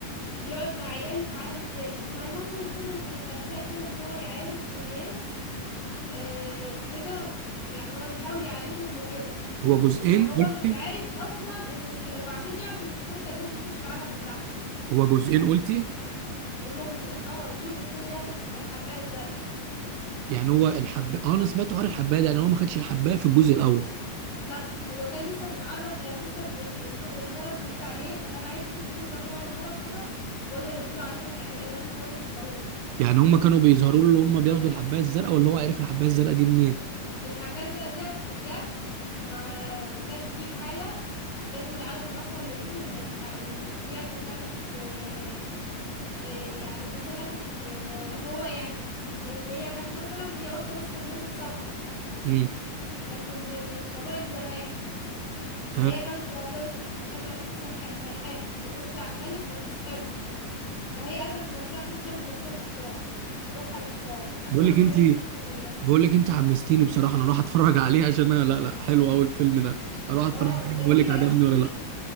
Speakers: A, on the left (about 80°); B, on the right (about 85°).
A: يقعد مع عياله في عالم تاني فالمهم فضلت الأجزاء كده ان هو يعالج في الناس آه وكده يعني هو بيحاول يعالجهم وكده
B: هو جزئين
A: فهو
B: قلتي
A: مش عارف اصلا المشكله فعشان يعرف المشكله كان لازم يخش العالم بتاعهم
B: هو جزئين قلتي
A: هما جزئين اه الجزء التاني بقى هياخد ح- الحبايه الزرقاء
B: يعني هو الحب اه انا سمعت حوار الحبايه ده يعني هو ما خدش الحبايه في الجزء الاول
A: لا هو كان لسه بيتعرف كان لسه ال- ال- المرض جديد عليه فكان عايز يشوف هما فعلا مرضى ولا اللي بيقولوا عليه ده حقيقه لان هما كانوا بيظهروا له
B: يعني هم كانوا بيظهروا له اللي هم بياخدوا الحبايه الزرقاء واللي هو عرف الحبايه الزرقاء دي منين
A: الحبايه الزرقاء ديت جت ف... فكانت في حاله جت من العالم الاخر اللي لبسته ال- الح- ال- ديت كانت آه، إيه يعني مثلا إيه هو يعني هي كانت مثلا هي واحدة مثلا هي هند صبري
B: امم
A: كانت من من قبائل زمان فهي
B: ها
A: كانت راقصة فكانت راقصة ساح- ساحرة تخش على الملك وتسحر له فهي قتلت نفسها عشان تسلم نفسها للشيطان روحها للشيطان عشان
B: بقول
A: تمتلك
B: لك انت
A: الدنيا كلها
B: بقول لك انت حمستيني بصراحه انا اروح اتفرج عليه عشان انا لا لا حلو قوي الفيلم ده اروح اتفرج
A: اه
B: عليه
A: ده
B: بقول
A: في
B: لك عجبني
A: حاجات كتير
B: ولا لا